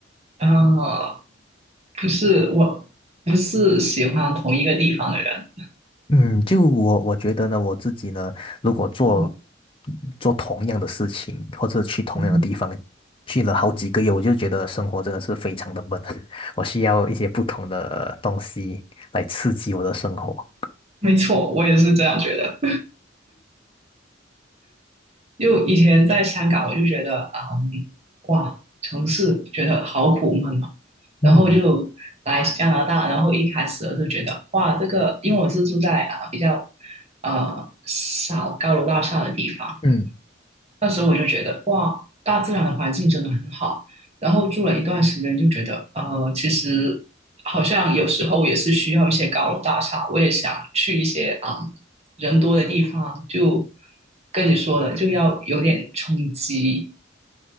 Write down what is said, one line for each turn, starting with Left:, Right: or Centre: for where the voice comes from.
Right: 啊，不是我，不是喜欢同一个地方的人。
Left: 嗯，就我我觉得呢，我自己呢，如果做
Right: 嗯，
Left: 做同样的事情，或者去同样的地方，
Right: 嗯
Left: 去了好几个月，我就觉得生活真的是非常的闷，<laughs> 我需要一些不同的东西来刺激我的生活。
Right: 没错，我也是这样觉得。就以前在香港，我就觉得，嗯，哇，城市觉得好苦闷啊。
Left: 嗯
Right: 然后就来加拿大，然后一开始我就觉得，哇，这个，因为我是住在啊、比较呃少高楼大厦的地方，
Left: 嗯
Right: 那时候我就觉得，哇，大自然的环境真的很好。然后住了一段时间，就觉得，呃，其实好像有时候也是需要一些高楼大厦。我也想去一些啊、嗯人多的地方，就跟你说的，就要有点冲击，